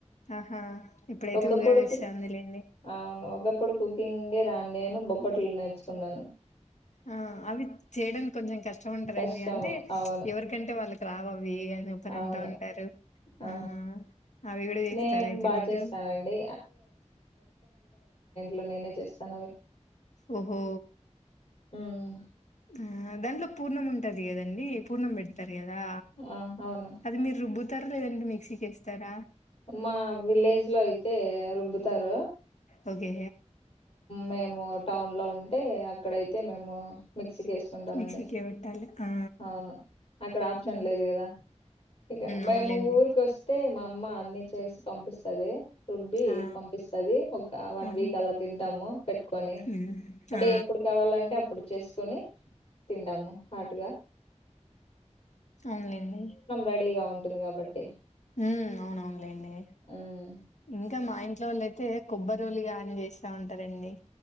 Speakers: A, on the left; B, on the left.
A: ఆహా ఇప్పుడైతే
B: ఒకప్పుడు
A: ఉగాది వస్తాందిలేండి
B: కు అవును ఒకప్పుడు కుకింగ్ ఏ రాని నేను బ బొబ్బట్లు నేర్చుకున్నాను
A: ఆ అవి చేయడం కొంచెం కష్టం అంటారండి
B: కష్టము
A: అంటే
B: అవును
A: ఎవరికంటే వాళ్ళకి రావు అవ్వి అని ఒకరు
B: అవును
A: అంటా ఉంటారు
B: ఆ
A: అ అవి కూడా చేస్తారు
B: నేను
A: అయితే
B: బాగా
A: మీరు
B: చేస్తానండి లో నేనే చేస్తాను
A: ఓహో
B: ఉమ్,
A: ఆ దాంట్లో పూర్ణం ఉంటంది కదండి పూర్ణం పెడతారు కదా
B: ఆ అవును
A: అది మీరు రుబ్బుతారు లేదండి మిక్సీకి వేస్త తర
B: మా విలేజ్ లో ఇయి అయితే రుబ్బుతారు
A: ఓకే
B: మేము టౌన్ లో ఉ అంటే అక్కడయితే మేము మిక్స్ వేసుసుకుంటామండి
A: మిక్సీకే పెట్టాలి ఆ
B: అవును అక్కడ ఆప్షన్
A: ఉమ్
B: లేదు కదా ఇగ మేము
A: అవునులేండి
B: ఊరికి వస్తే మా మా అన్ని చేసి పంపిస్తది రుబ్బి
A: ఆ
B: పంపిస్తది ఒక వన్
A: అవును
B: వీక్ అలా తింటాము పెట్టుకొని
A: ఉమ్
B: అంటే
A: ఆ
B: ఎప్పుడు కావాలంటే అప్పుడు చేసుకొని తింటాము హార్ట్ గా
A: అవునులెండి
B: రెడీగా ఉంటుంది కాబట్టి
A: ఉ అవునవును ఏ లే ఉ
B: ఉమ్,
A: ఇంకా మా ఇంట్లో వాళ్లయితే కొబ్బరిరోలు గాని వేస్తా ఉంటారండి